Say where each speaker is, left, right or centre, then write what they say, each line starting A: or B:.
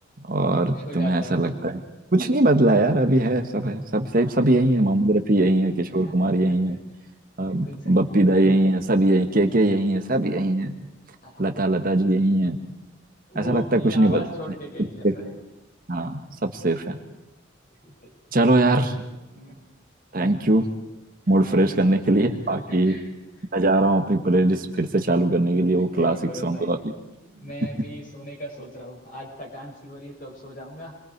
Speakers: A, on the right (about 45°); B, on the left (about 45°).
A: और
B: खुश हो जाता
A: तुम्हें ऐसा
B: है मन
A: लगता है कुछ नहीं बदला यार अभी है सब है सब सब
B: हाँ
A: सब यही है मोहम्मद रफी यही है किशोर
B: <laughs>
A: कुमार यही है अ,
B: बिल्कुल सही
A: बप्पी
B: है
A: दा यही है सब यही के के यही है सब यही है
B: हाँ
A: लता लता जी यही है ऐसा
B: वो
A: लगता
B: अपनी
A: है कुछ नहीं
B: आवाज
A: बदला
B: छोड़
A: नहीं,
B: के गई
A: सब
B: ऐसा
A: safe है।
B: है
A: हाँ सब सेफ है
B: बिल्कुल सही
A: चलो यार
B: चलो मैं
A: थैंक यू मूड
B: मैं
A: फ्रेश
B: भी यही
A: करने
B: सोच
A: के लिए बाकी
B: <laughs>
A: मैं जा रहा
B: बिल्कुल
A: हूँ अपनी प्लेलिस्ट फिर से चालू करने के लिए वो क्लासिक
B: करो करो
A: सॉन्ग
B: भाई
A: वाली
B: मैं
A: <laughs>
B: अभी सोने का सोच रहा हूँ आज थकान सी हो रही है तो अब सो जाऊंगा